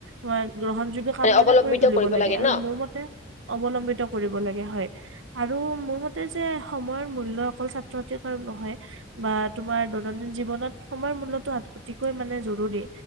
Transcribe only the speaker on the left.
অৱলম্বিত
কৰিব
ন